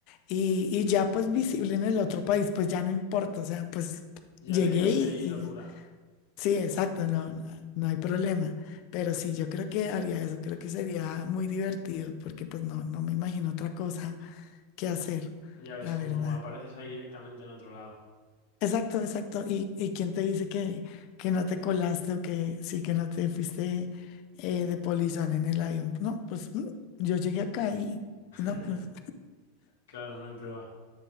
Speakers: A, on the left (about 45°); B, on the left (about 85°).
A: y, y ya pues visible en el otro país, pues ya no importa, o sea, pues
B: ya
A: llegué
B: te quedas
A: y,
B: ahí, locura.
A: y- sí, exacto, no, no hay problema. Pero sí, yo creo que haría eso, creo que sería muy divertido porque pues no, no me imagino otra cosa qué hacer,
B: Ya ves,
A: la
B: como
A: verdad.
B: apareces ahí directamente en otro lado.
A: Exacto, exacto. ¿Y, y quién te dice que, que no te colaste o que sí, que no te fuiste eh, de polizón en el avión? No, pues mm, yo llegué acá
B: Mm.
A: y
B: <laughs>
A: no, pues
B: Claro, no hay prueba.